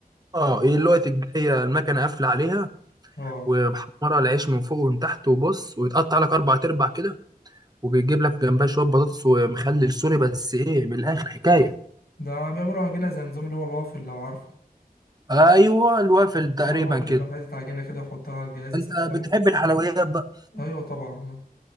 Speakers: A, on the right (about 25°); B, on the left (about 90°).
A: اه ايه الوقت الجايه المكنه قافله عليها
B: اه
A: ومحمره العيش من فوق ومن تحت وبص ويتقطع لك اربع تربع كده وبيجيب لك جنبها شويه بطاطس ومخلل سوري بس ايه من الاخر حكايه
B: ده بيعملوا عجينة زي نظام اللي هو الوافل لو عارفه
A: ايوه الوافل تقريبا
B: اه الوافل
A: كده
B: يبقى حاطط عجينة كده يحطها على الجهاز يسخنه
A: انت بتحب الحلويات بقى
B: أيوة طبعا